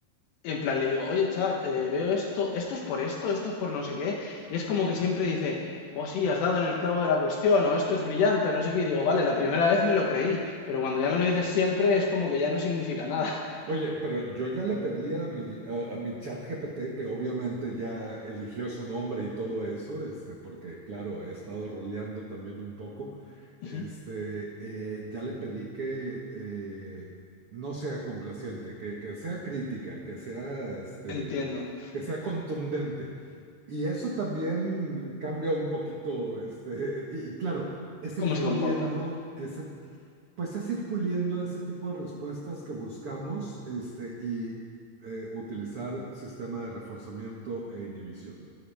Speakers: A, on the left; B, on the right.
A: En plan, le digo, oye, chat, eh, veo esto, esto es por esto, esto es por no sé qué. Y es como que siempre dice, oh, sí, has dado en el clavo de la cuestión, o esto es brillante, o no sé qué. Y digo, vale, la primera vez me lo creí, pero cuando ya me lo dices siempre es como que ya no significa nada. <laughs>
B: Oye, pero yo ya le pedí a mi, a, a mi chat GPT, que obviamente ya eligió su nombre y todo eso, este, porque claro, he estado roleando también un poco,
A: Ujú.
B: este, eh, ya le pedí que eh, no sea complaciente, que, que sea crítica, que sea, este,
A: Entiendo
B: que sea contundente. Y eso también cambia un poquito, este, y, y claro, es
A: cómo
B: ir
A: se
B: puliendo
A: comporta.
B: ese pues es ir puliendo ese tipo de respuestas que buscamos, este, y eh, utilizar sistema de reforzamiento e inhibición.